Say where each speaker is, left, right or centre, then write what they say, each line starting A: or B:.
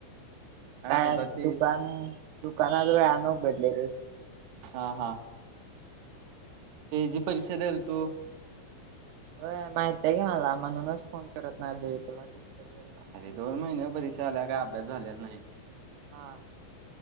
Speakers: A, on the right (about 80°); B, on the right (about 65°).
A: काय
B: अर्धा ते
A: दुकान दुकानात वळ नो बडली र
B: हा हा जी परीक्षा दल तू
A: हो माहतीय घे मला म्हणूनच फोन करत नाही देवी तुला होईल म्हणून
B: अरे दोन महिन्या परी काही अभ्यास झालेला नाही.
A: हा.